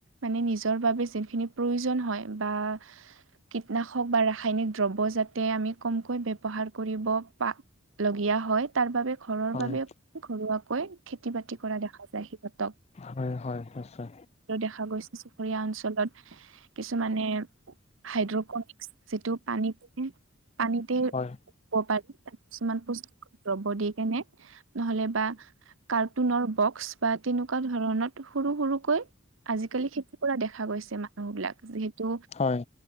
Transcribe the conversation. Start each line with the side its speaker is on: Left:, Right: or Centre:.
Right: মানে নিজৰ বাবে যিখিনি প্ৰয়োজন হয় বা কীটনাশক বা ৰাসায়নিক দ্ৰব্য যাতে আমি কমকৈ ব্যৱহাৰ কৰিব পা লগীয়া হয়। তাৰ বাবে ঘৰৰ বাবে
Left: হয়
Right: ঘৰুৱাকৈ খেতি-বাতি কৰা দেখা যায় সিহঁতক।
Left: হয় হয় নিচয়।
Right: দেখা গৈছে চুবুৰীয়া অঞ্চলত কিছুমানে হাইড্ৰকনিক্স যিটো পানীকে, পানীতে
Left: হয়
Right: হব পাৰে কিছুমান বস্তু ল'ব দি কেনে নহ'লে বা কাৰ্টুনৰ বক্স বা তেনেকুৱা ধৰণত সৰু সৰুকৈ আজিকালি খেতি কৰা দেখা গৈছে মানুহ বিলাক, যিহেতু
Left: হয়।